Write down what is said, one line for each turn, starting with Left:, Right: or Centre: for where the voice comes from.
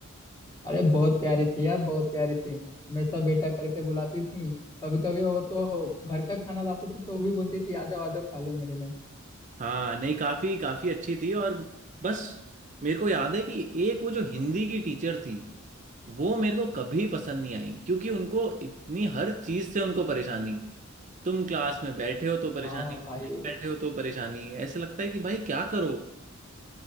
Left: अरे बहुत प्यारी थी यार बहुत प्यारी थी हमेशा बेटा करके बुलाती थी कभी कभी वो तो घर का खाना लाती थी तो वो भी बोलती थी आ जाओ आ जाओ खा लो मेरे में
Right: हाँ नहीं काफी काफी अच्छी थी और बस मेरे को याद है कि एक वो जो हिंदी की टीचर थी वो मेरे को कभी पसंद नहीं आई क्योंकि उनको इतनी हर चीज से उनको परेशानी तुम क्लास में बैठे हो तो परेशानी
Left: हाँ भाई
Right: तुम नहीं बैठे हो तो परेशानी ऐसे लगता है कि भाई क्या करो